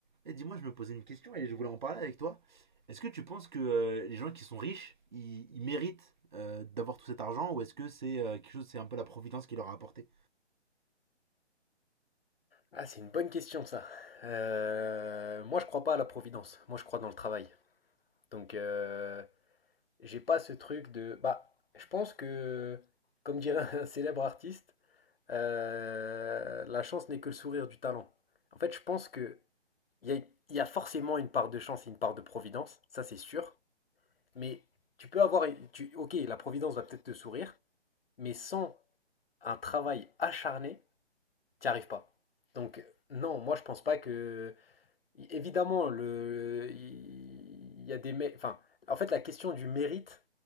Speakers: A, on the right; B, on the left.
A: Et dis-moi, je me posais une question et je voulais en parler avec toi. Est-ce que tu penses que euh, les gens qui sont riches, ils, ils méritent euh, d'avoir tout cet argent ou est-ce que c'est euh, quelque chose, c'est un peu la providence qui leur a apporté
B: Ah, c'est une bonne question ça. Euh, moi, je crois pas à la providence. Moi, je crois dans le travail. Donc, euh, j'ai pas ce truc de. Bah, je pense que, comme dirait <laughs> un célèbre artiste, euh, la chance n'est que le sourire du talent. En fait, je pense que il y a, il y a forcément une part de chance et une part de providence. Ça, c'est sûr. Mais tu peux avoir. Tu, ok, la providence va peut-être te sourire, mais sans un travail acharné, t'y arrives pas. Donc, non, moi, je pense pas que. É évidemment, le il y a des mé enfin, en fait, la question du mérite,